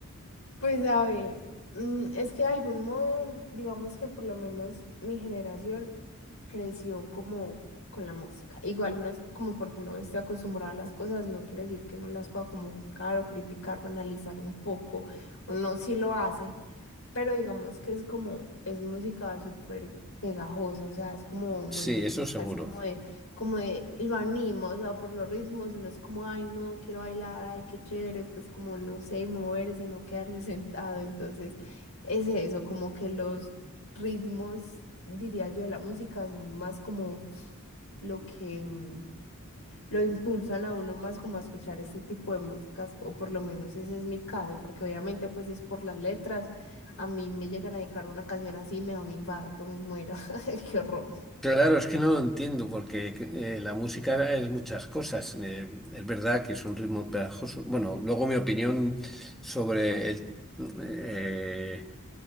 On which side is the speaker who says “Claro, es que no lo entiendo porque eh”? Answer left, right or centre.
Centre